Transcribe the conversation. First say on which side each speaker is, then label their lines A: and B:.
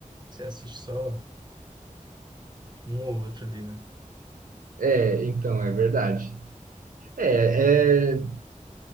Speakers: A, on the right; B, on the right.
A: Você assiste só um ou outro ali, né?
B: É, então, é verdade. É, é